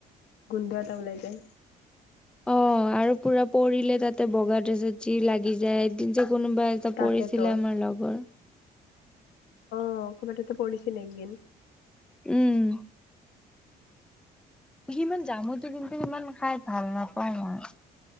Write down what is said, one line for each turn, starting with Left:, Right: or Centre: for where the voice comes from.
Left: গোন্ধ এটা ওলাই যায়।
Centre: অ আৰু পুৰা পৰিলে তাতে বগা ড্ৰেছত যি লাগি যায়, এদিন যে কোনোবা ত
Left: তাকেতো
Centre: পৰিছিলে আমাৰ লগৰ।
Left: অ ক'ৰবাততে পৰিছিলে একদিন
Centre: উম। সিমান জামুতো কিন্তু ইমান খাই ভাল নাপাও মই।